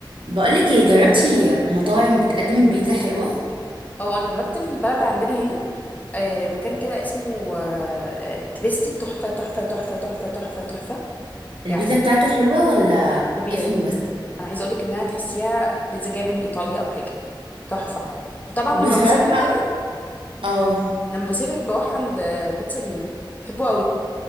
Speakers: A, on the right; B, on the left.
A: بقولك ايه جربتي مطاعم بتقدم البيتزا حلوة
B: اه انا جربت في البلد عندنا هنا آه، مكان كده اسمه آه، آه، تبستي تحفه تحفه تحفه تحفه تحفه تحفه
A: البيتزا
B: يعني
A: بتاعته حلوة ولا
B: طبيعي
A: اسم بس
B: انا عايزه اقولك انها تحسيها بيتزا جايه من ايطاليا او حاجه تحفه وطبعا
A: بصراحة
B: لما بسافر كده
A: اه
B: لما بسافر بروح عند آه، بيتزا نيو بحبه